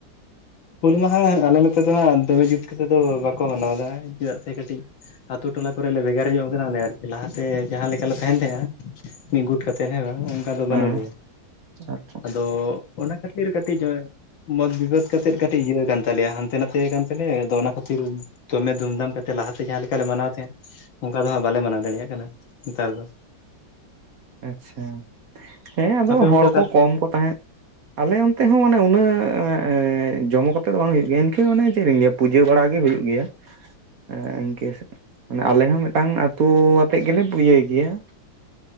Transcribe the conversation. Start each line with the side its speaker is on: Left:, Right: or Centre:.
Left: ᱦᱩᱞ ᱢᱟᱦᱟ ᱟᱞᱮ ᱱᱚᱛᱮ ᱫᱚ ᱦᱟᱸᱜ ᱫᱚᱢᱮ ᱡᱩᱛ ᱠᱟᱛᱮ ᱫᱚ ᱵᱟᱠᱚ ᱢᱟᱱᱟᱣᱫᱟ ᱪᱮᱫᱟᱜ ᱥᱮ ᱠᱟᱹᱴᱤᱡ᱾ ᱟᱛᱳ ᱴᱚᱞᱟ ᱠᱚᱨᱮ ᱞᱮ ᱵᱷᱮᱜᱟᱨ ᱧᱚᱜ ᱠᱟᱱᱟᱞᱮ ᱟᱨ ᱞᱟᱦᱟᱛᱮ ᱡᱟᱸᱦᱟ ᱞᱮᱠᱟ ᱞᱮ ᱛᱟᱦᱮᱱ ᱛᱟᱦᱮᱸᱜ-ᱟ ᱢᱤᱜ ᱜᱩᱴ ᱠᱟᱛᱮ ᱦᱮᱸ ᱵᱟᱝ ᱚ ᱠᱟ ᱫᱚ
Right: ᱦᱮᱸ
Left: ᱵᱟᱱᱩ ᱞᱮᱭᱟ
Right: ᱟᱪᱪᱷᱟ
Left: ᱟᱫᱚ ᱚᱱᱟ ᱠᱷᱟᱛᱤᱨ ᱠᱟᱴᱤᱡ ᱢᱚᱛ ᱵᱤᱵᱟᱹᱫ᱾ ᱠᱟᱛᱮᱫ ᱠᱟᱴᱤᱡ ᱤᱭᱟᱹ ᱠᱟᱱ ᱛᱟᱞᱮᱭᱟ ᱦᱟᱱᱛᱮ ᱱᱟᱛᱮ ᱠᱟᱱ ᱛᱮᱞᱮ ᱟᱫᱚ ᱚᱱᱟ ᱠᱷᱟᱛᱤᱨ᱾ ᱫᱚᱢᱮ ᱫᱷᱩᱢᱫᱷᱟᱢ ᱠᱟᱛᱮ ᱞᱟᱦᱟᱛᱮ ᱡᱟᱸᱦᱟ ᱞᱮᱠᱟᱞᱮ ᱢᱟᱱᱟᱣ ᱛᱟᱦᱮᱜ ᱚᱝᱠᱟ ᱫᱚ ᱦᱟᱸᱜ ᱵᱟᱞᱮ ᱢᱟᱱᱟᱣ ᱫᱟᱲᱮᱭᱟᱜ ᱠᱟᱱᱟ ᱱᱮᱛᱟᱨ ᱫᱚ᱾
Right: ᱟᱪᱪᱷᱟ ᱦᱮᱸ ᱟᱫᱚ
Left: ᱟᱯᱮ
Right: ᱦᱚᱲ
Left: ᱚᱱᱛᱮ ᱚᱠᱟ
Right: ᱠᱚ
Left: ᱞᱮᱠᱟ
Right: ᱠᱚᱢ ᱠᱚ ᱛᱟᱦᱮᱸᱜ᱾ ᱟᱞᱮ ᱚᱱᱛᱮ ᱦᱚᱸ ᱢᱟᱱᱮ ᱩᱱᱟᱹᱜ ᱮᱸ ᱡᱚᱢᱚᱠ ᱟᱛᱮ ᱫᱚ ᱵᱟᱝ ᱦᱳᱭᱳᱜ ᱜᱮᱭᱟ, ᱤᱱᱠᱟᱹ ᱢᱟᱱᱮ ᱪᱮᱫ ᱤᱧ ᱞᱟᱹᱭᱟ᱾ ᱯᱩᱡᱟᱹ ᱵᱟᱲᱟ ᱜᱮ ᱦᱩᱭᱩᱜ ᱜᱮᱭᱟ᱾ ᱮᱸ ᱤᱝᱠᱟᱹ ᱥᱮᱫ ᱢᱟᱱᱮ ᱟᱞᱮ ᱦᱚᱸ ᱢᱮᱜᱴᱟᱝ ᱟᱛᱳ ᱟᱛᱮᱜ ᱜᱮᱞᱮ ᱤᱭᱟᱹᱭ ᱜᱮᱭᱟ᱾